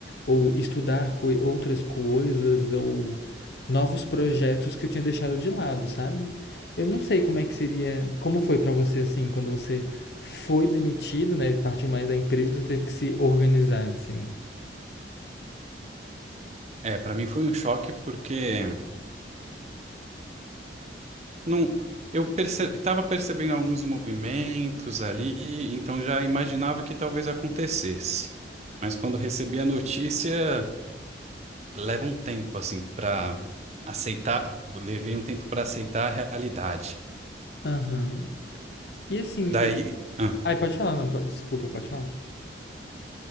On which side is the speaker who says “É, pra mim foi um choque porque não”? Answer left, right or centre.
Right